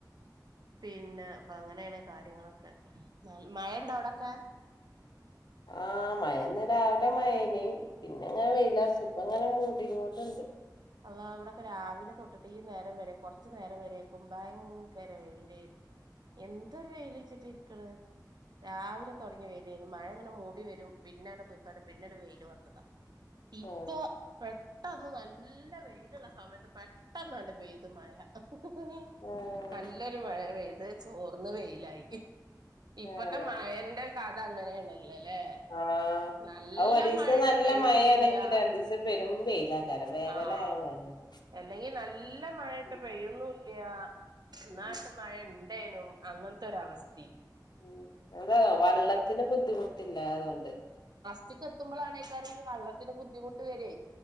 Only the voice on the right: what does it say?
പിന്നെ അപ്പൊ അങ്ങനെയാണ് കാര്യങ്ങളൊക്കെ ന മഴയണ്ട അവിടെക്കെ
ആഹ്
അല്ലാ ഇവിടെക്കെ രാവിലെ തൊ ട്ട്ട്ട് ഈ നേരം വരെ കൊർച്ച് നേരം വരേക്കും ഭയങ്കര വെയ്ലേര്ന്ന് എന്തൊരു വെയ്ല്ച്ച്റ്റാ ഇരിക്ക്ണ രാവിലെ തൊടങ്ങി വെയ്ലേര്ന്ന് മഴങ്ങനെ മൂടി വരും പിന്നാണ്ട് പൊയ്ക്കാണ്ട് പിന്നൊര് വെയില് വന്നതാ
ഇപ്പൊ പെട്ടന്ന് നല്ല വെയിലുള്ള സമ പെട്ടന്നാണ്ട് പെയ്ത് മഴ അഹ് ഹ് ഹ് ഹ്
നല്ലൊര് മഴ പെയ് അത് ചോർന്ന് വെയിലായി, ഇപ്പത്തെ
മയന്റെ കഥ അങ്ങനേണ് ല്ലലേ
നല്ല
മഴട്ട്
പെയ്യ്ന്നൂല്ല്യാ
ആഹ്
എല്ലെങ്കി നല്ല മഴട്ട്
പെയ്യുന്നൂല്ല്യാ എന്നാട്ട്
മഴ ണ്ടേനും അങ്ങൻത്തൊരവസ്
ച്ച്ക്ക് എത്തുമ്പളാണേക്കാരം ഇനി വെള്ളത്തിന് ബുദ്ധിമുട്ട് വെരെയ്,